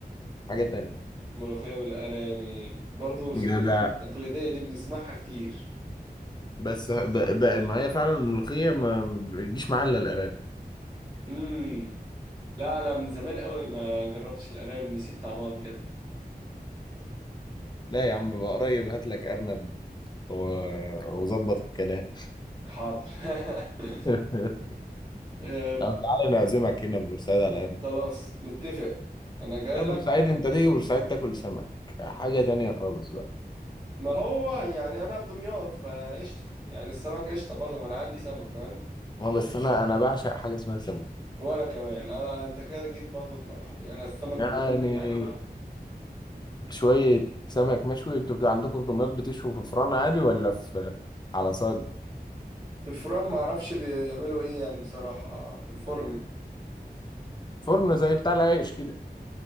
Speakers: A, on the left; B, on the right.
A: حاجة تانية
B: ملوخية بالقرا يعني برضو
A: ده ده
B: التقليدية دي بنسمعها كتير
A: بس ب- بقى ما هي فعلا الملوخية ما بتجيش معاها إلا الأرانب
B: امم لا أنا من زمان قوي ما جربتش الأرانب نسيت طعمها بجد
A: لا يا عم بقى قريب هات لك أرنب و- وظبط الكلام
B: حاضر <laughs>
A: <laughs>
B: أم،
A: طب تعالى نعزمك هنا في بورسعيد على الأرنب
B: خلاص متفق أنا جاي
A: لا بورسعيد
B: لك
A: أنت تيجي بورسعيد تاكل سمك حاجة تانية خالص بقى
B: ما هو يعني أنا في دمياط فقشطة يعني السمك قشطة برضه ما أنا عندي سمك فاهم
A: هو بس أنا أنا بعشق حاجة اسمها سمك
B: وأنا كمان أنا أنت كده جيت برضه في ملعبي أنا السمك بكل
A: يعني
B: أنواعه
A: شوية سمك مشوي أنتوا بتاع عندكم في دمياط بتشوي في فرن عادي ولا في على صاج
B: في الفرن ما اعرفش بيعملوا ايه يعني بصراحة في الفرن
A: فرن زي بتاع العيش كده